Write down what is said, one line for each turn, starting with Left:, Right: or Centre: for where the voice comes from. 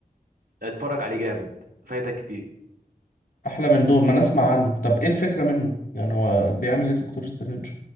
Right: اتفرج عليه جامد فايتك كتير
Left: احلى من دور ما نسمع عنه طب ايه الفكره منه يعني هو بيعمل ايه دكتور سترينج